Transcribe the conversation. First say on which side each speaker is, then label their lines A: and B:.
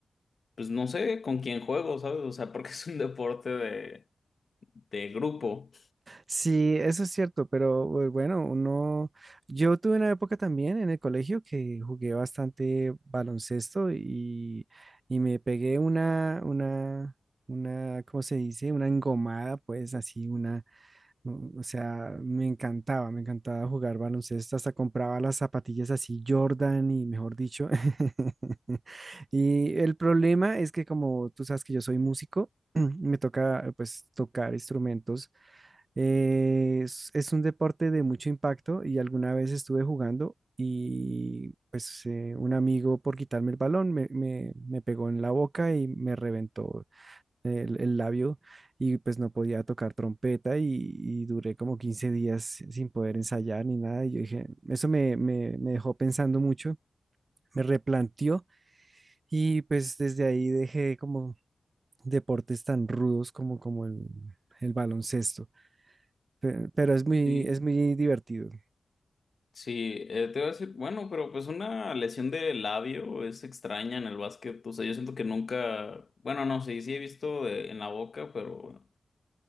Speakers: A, on the left (about 55°); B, on the right (about 45°).
A: pues no sé con quién juego, ¿sabes? O sea, porque <laughs> es un deporte de, de grupo.
B: sí, eso es cierto, pero eh, bueno, uno, yo tuve una época también en el colegio que jugué bastante baloncesto y, y me pegué una, una, una, ¿cómo se dice? Una engomada, pues así, una Mm, O sea, me encantaba, me encantaba jugar baloncesto, hasta compraba las zapatillas así Jordan y mejor dicho. <laughs> Y el problema es que como tú sabes que yo soy músico, <clears throat> me toca pues tocar instrumentos. Eh, es, es un deporte de mucho impacto y alguna vez estuve jugando y pues eh, un amigo por quitarme el balón me, me me pegó en la boca y me reventó el, el labio y pues no podía tocar trompeta y, y duré como 15 días sin poder ensayar ni nada. Y yo dije, eso me, me, me dejó pensando mucho, me replanteó y pues desde ahí dejé como deportes tan rudos como, como el, el baloncesto. Pe- Pero es muy,
A: Y
B: es muy divertido.
A: sí, eh, te iba a decir, bueno, pero pues una lesión de labio es extraña en el básquet. O sea, yo siento que nunca, bueno, no, sí, sí he visto de- en la boca, pero